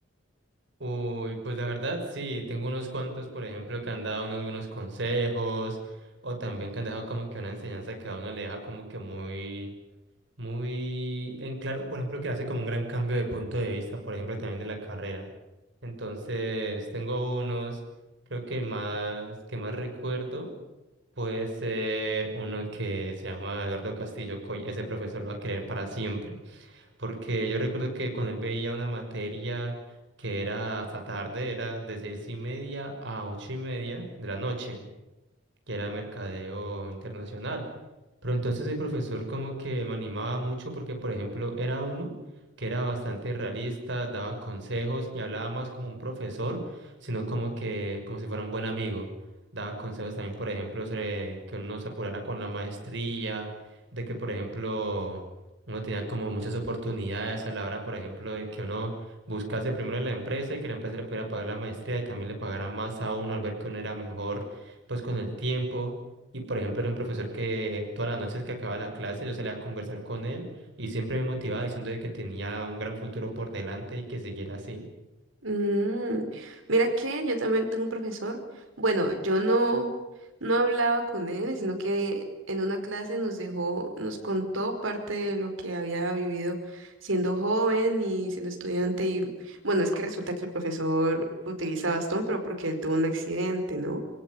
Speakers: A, on the right; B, on the right.
A: Uy, pues la verdad, sí, tengo unos cuantos, por ejemplo, que han dado unos buenos consejos o también que han dejado como que una enseñanza que a uno le deja como que muy, muy en claro, por ejemplo, que hace como un gran cambio de punto de vista, por ejemplo, también de la carrera. Entonces, tengo unos, creo que más, que más recuerdo. Puede ser uno que se llama Eduardo Castillo Coy, ese profesor lo va a querer para siempre. porque yo recuerdo que con él veía una materia que era hasta tarde, era de seis y media a ocho y media de la noche que era mercadeo internacional. Pero entonces el profesor como que me animaba mucho porque, por ejemplo, era uno que era bastante realista, daba consejos y hablaba más como un profesor, sino como que como si fuera un buen amigo. Daba consejos también, por ejemplo, sobre que uno se apurara con la maestría, de que, por ejemplo, uno tenía como muchas oportunidades a la hora, por ejemplo, de que uno buscase primero la empresa y que la empresa le pudiera pagar la maestría y también le pagara más a uno al ver que uno era mejor pues con el tiempo. Y por ejemplo, era un profesor que todas las noches que acababa la clase yo salía a conversar con él y siempre me motivaba diciendo de que tenía un gran futuro por delante y que siguiera así.
B: Mm, mira que yo también tengo un profesor. Bueno, yo no, no hablaba con él, sino que en una clase nos dejó, nos contó parte de lo que había vivido siendo joven y siendo estudiante. Y bueno, es que resulta que el profesor utiliza bastón, pero porque él tuvo un accidente, ¿no?